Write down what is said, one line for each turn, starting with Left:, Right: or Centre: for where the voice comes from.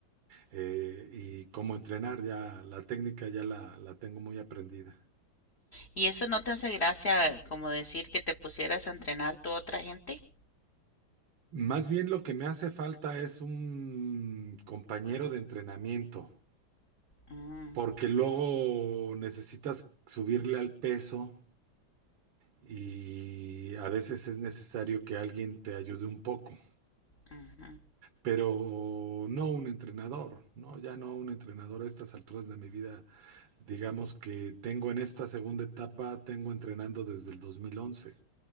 Right: eh, y cómo entrenar, ya la técnica ya la, la tengo muy aprendida.
Left: ¿Y eso no te hace gracia como decir que te pusieras a entrenar tú a otra gente?
Right: Más bien lo que me hace falta es un compañero de entrenamiento,
Left: Mm,
Right: porque luego necesitas subirle al peso y a veces es necesario que alguien te ayude un poco,
Left: ujú.
Right: pero no un entrenador, no, ya no un entrenador a estas alturas de mi vida. Digamos que tengo en esta segunda etapa, tengo entrenando desde el dos mil once